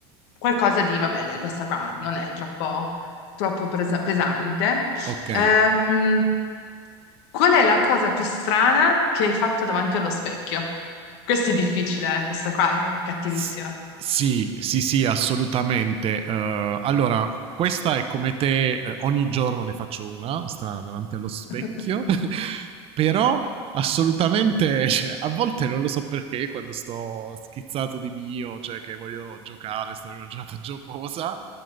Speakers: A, on the left; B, on the right.
A: qualcosa di, vabbè, dai, questa qua non è troppo, troppo presa- pesante.
B: Ok.
A: Ehm, qual è la cosa più strana che hai fatto davanti allo specchio? Questo è difficile, eh, Questa qua è, è cattivissima.
B: S- Sì, sì, sì, assolutamente. Eh, allora, questa è come te, eh, ogni giorno ne faccio una, strana, davanti allo specchio,
A: <laughs>
B: <laughs> però assolutamente, cioè, a volte non lo so perché, quando sto schizzato di mio, cioè che voglio giocare, sto in una giornata giocosa,